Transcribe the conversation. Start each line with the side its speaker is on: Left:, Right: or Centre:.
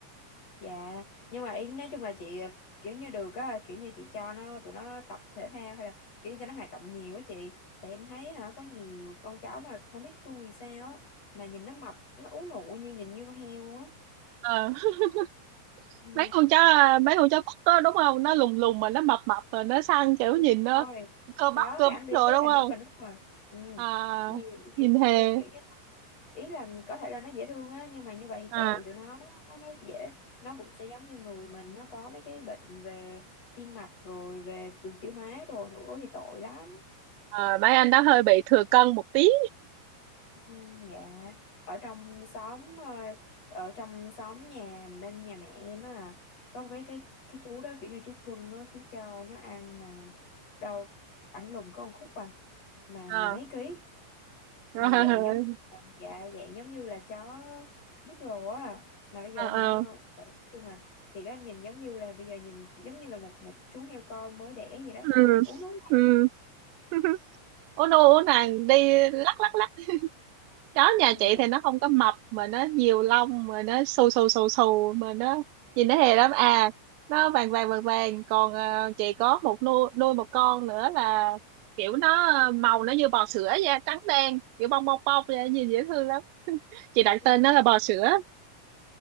Left: dạ nhưng mà ý nói chung là chị kiểu như được á kiểu như chị cho nó tụi nó tập thể thao hay là kiểu như cho nó hoạt động nhiều á chị tại em thấy hả có nhiều con chó mà không biết vui vì sao á mà nhìn nó mập nó ú nụ như nhìn như con heo luôn á
Right: Ờ, <laughs>
Left: ừ.
Right: mấy con chó à, mấy con chó cút đó đúng không nó lùng lùng mà nó mập mập rồi nó săn kiểu
Left: đúng
Right: nhìn nó
Left: rồi
Right: cơ bắp
Left: đó
Right: cơ
Left: cái
Right: bắp
Left: anh đi
Right: rồi
Left: cái
Right: đúng
Left: là
Right: không
Left: nút và nút mà ừ
Right: à,
Left: nhiều nhìn,
Right: nhìn hề
Left: nhìn kiểu như là- ý là có thể là nó dễ thương á nhưng mà như vậy thì
Right: à,
Left: tội tụi nó nó nó dễ nó cũng sẽ giống như người mình nó có mấy cái bệnh về tim mạch rồi về đường tiêu hóa đồ nữa thì tội lắm
Right: Ờ, mấy anh đó hơi bị thừa cân một tí
Left: ừ, dạ ở trong xóm ờ, ở trong xóm nhà bên nhà mẹ em á có một cái cái cái chú đó kiểu như chú cưng á chú cho nó ăn mà đâu ảnh lùn có một khúc à mà
Right: Ờ,
Left: mười mấy ký
Right: <laughs>
Left: mà
Right: rồi
Left: dạng giống như là, dạ dạng giống như là chó bút rồ á à. mà bây giờ
Right: Ờ, ờ.
Left: hả khi mà thì có nhìn giống như là bây giờ nhìn giống như là một một chú heo con mới đẻ vậy đó
Right: ừ
Left: uống đúng không
Right: ừ <laughs> ủa nô ủa nàng đi lắc lắc lắc chó
Left: ừ,
Right: nhà chị
Left: dạ
Right: thì nó không có mập mà nó nhiều lông mà nó xù xù xù xù mà nó nhìn nó hề lắm à nó vàng vàng vàng vàng còn ờ, chị có một nuôi nuôi một con nữa là kiểu nó ờ, màu nó như bò sữa da trắng đen kiểu bong bong bong vậy nhìn dễ thương lắm chị đặt
Left: ừ.
Right: tên nó là bò sữa